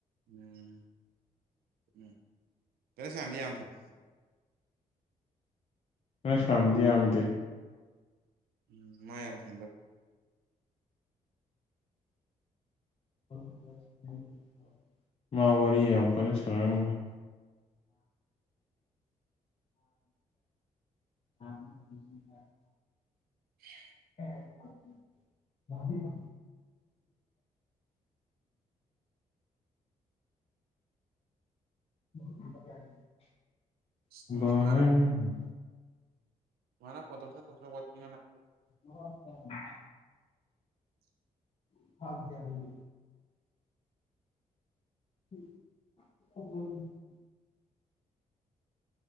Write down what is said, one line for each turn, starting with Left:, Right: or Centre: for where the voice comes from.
Right: ꯎꯝ ꯎꯝ ꯒꯅꯁꯌꯥꯝꯗꯤ ꯌꯥꯝ ꯐꯪ
Left: ꯒꯅꯁꯌꯥꯝꯗꯤ ꯌꯥꯝꯗꯦ
Right: ꯎꯝ ꯃꯥ ꯌꯥꯝ <unintelligible>
Left: <unintelligible> ꯃꯥ ꯋꯥꯔꯤ ꯌꯥꯝ ꯀꯟꯅꯥ ꯁꯥꯟꯅꯔꯝꯃꯣꯏ <unintelligible>
Right: <unintelligible>
Left: <unintelligible> <unintelligible>
Right: ꯑꯗꯨꯗꯤ ꯃꯥꯅ ꯃꯥꯅ ꯐꯣꯟ ꯇꯧꯁꯤꯂꯥꯎ ꯇꯧꯁꯤꯂꯥꯎ ꯋꯥꯊꯤ ꯉꯥꯡꯅꯥ
Left: <unintelligible> <unintelligible> <unintelligible>